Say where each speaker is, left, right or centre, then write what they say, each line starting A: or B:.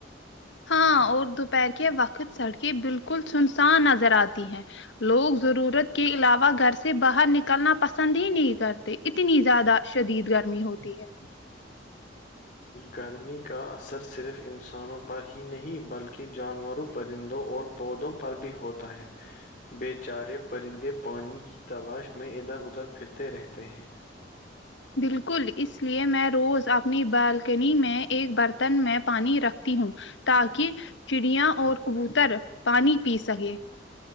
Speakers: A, on the left; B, on the left.
A: ہاں اور دوپہر کے وقت سڑکیں بالکل سنسان نظر آتی ہیں لوگ ضرورت کے علاوہ گھر سے باہر نکلنا پسند ہی نہیں کرتے اتنی زیادہ شدید گرمی ہوتی ہے
B: گرمی کا اثر صرف انسانوں پر ہی نہیں بلکہ جانوروں پرندوں اور پودوں پر بھی ہوتا ہے بیے چارے پرندے پانی کی تلاش میں ادھر ادھر پھرتے رہتے ہیں
A: بالکل اس لیے میں روز اپنی بالکنی میں ایک برتن میں پانی رکھتی ہوں تاک چڑیا اور کبوتر پانی پی سکے